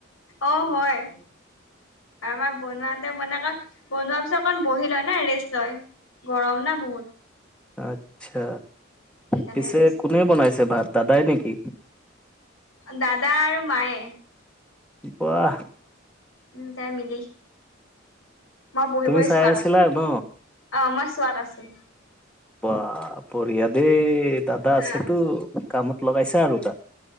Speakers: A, on the left; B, in the centre.
A: অঁ, হয় আমাৰ বনোৱাতে বন ক। বনোৱাৰ পিছত অকণ বহিলৈ না ৰেষ্ট হয় গৰম না বহুত।
B: আচ্ছা
A: সেইকাৰণে
B: পিছে
A: ৰেষ্ট
B: কোনে
A: লয়
B: বনাইছে ভাত দাদাই নেকি?
A: দাদা আৰু মায়ে।
B: বাহ।
A: দুইতাই মিলি মই বহি
B: তুমি
A: বহি
B: চাই
A: চোৱাত
B: আছিলা
A: আছো।
B: ন
A: অঁ মই ছোৱাত আছোঁ।
B: বা বঢ়িয়া দেই দাদা আছেতো
A: অ
B: কামত লগাইছা আৰু তাক।